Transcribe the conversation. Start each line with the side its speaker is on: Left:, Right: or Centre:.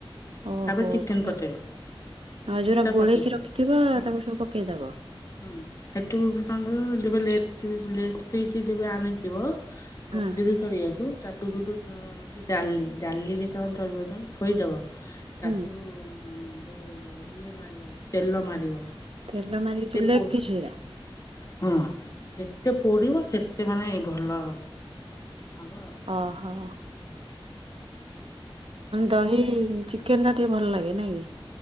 Right: ଓହୋ।
Left: ତାପରେ ଚିକେନ
Right: ଆଉ ଯୋଉଗୁରା
Left: ପକେଇବ ଦି ତିନିଟା
Right: ଗୋଳେଇକି
Left: ପକେଇଦବ।
Right: ରଖିଥିବ
Left: ହୁଁ
Right: ତାକୁ ସବୁ ପକେଇଦବ?
Left: ହୁଁ ସେଥିରୁ ତା ଯେବେ ଲେଟ ଲେଟ ପିତ୍ ଯେବେ ଆଣିଥିବ ତନ୍ଦୁରି
Right: ହଁ
Left: କୁ ତାୁ ଦ ଅ ଦାଲି ଦାଲିରେ କଣ ତରିବ ଛୋଇଦବ। ତାଠୁ
Right: ହୁଁ
Left: ଯୋଉ ଇଏ ମାରିବ ତେଲ ମାରିବ।
Right: ତେଲ ମାରିକି
Left: ଯେତେ
Right: ଥିଲେ
Left: ପୋ
Right: କି ସିଏ।
Left: ହଁ ଯେତେ ପୋଡ଼ିବ ସେତେ ମାନେ ଭଲ ହବ ଆଉ।
Right: ଅହୋ। ଦହି
Left: ଆଉ
Right: ଚିକେନ୍‌ ଟା ଟିକେ ଭଲ ଲାଗେ ନାଇଁ କି